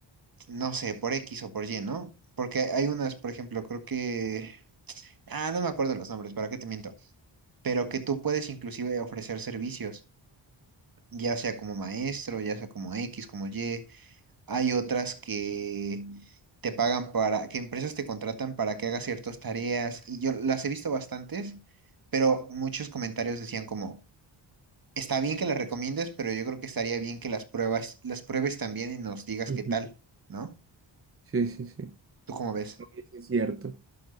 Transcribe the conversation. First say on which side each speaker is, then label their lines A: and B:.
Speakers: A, on the right (about 45°); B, on the right (about 30°).
A: no sé, por X o por Y, ¿no? Porque hay unas, por ejemplo, creo que... Ah, no me acuerdo los nombres, ¿para qué te miento? Pero que tú puedes inclusive ofrecer servicios, ya sea como maestro, ya sea como X, como Y. Hay otras que te pagan para, que empresas te contratan para que hagas ciertas tareas. Y yo las he visto bastantes, pero muchos comentarios decían como, está bien que las recomiendes, pero yo creo que estaría bien que las pruebas, las pruebes también y nos digas
B: ujú.
A: qué tal, ¿no?
B: Sí, sí, sí.
A: ¿Tú cómo ves?
B: Oye, sí es cierto.